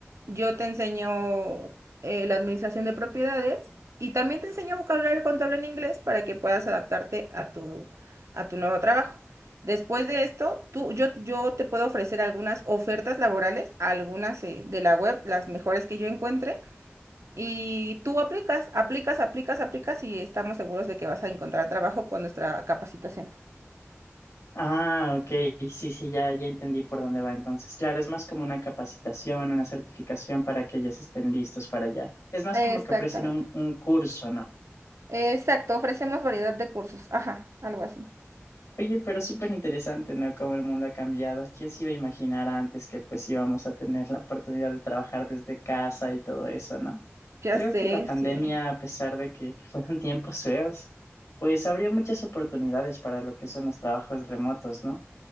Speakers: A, on the right; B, on the left.
A: yo te enseño eh, la administración de propiedades y también te enseño vocabulario contable en inglés para que puedas adaptarte a tu, a tu nuevo trabajo. Después de esto, tú, yo, yo te puedo ofrecer algunas ofertas laborales, algunas eh, de la web, las mejores que yo encuentre, y tú aplicas, aplicas, aplicas, aplicas y estamos seguros de que vas a encontrar trabajo con nuestra capacitación.
B: Ah, ok. Sí, sí, ya, ya entendí por dónde va entonces. Claro, es más como una capacitación, una certificación para que ellos estén listos para allá. Es más como
A: Exactamente.
B: que ofrecen un, un curso, ¿no?
A: Exacto, ofrecemos variedad de cursos. Ajá, algo así.
B: Oye, pero súper interesante, ¿no? Cómo el mundo ha cambiado. ¿Quién se iba a imaginar antes que pues íbamos a tener la oportunidad de trabajar desde casa y todo eso, ¿no?
A: Ya
B: Creo
A: sé,
B: que la pandemia,
A: sí.
B: a pesar de que <laughs> fueron tiempos feos, pues abrió muchas oportunidades para lo que son los trabajos remotos, ¿no?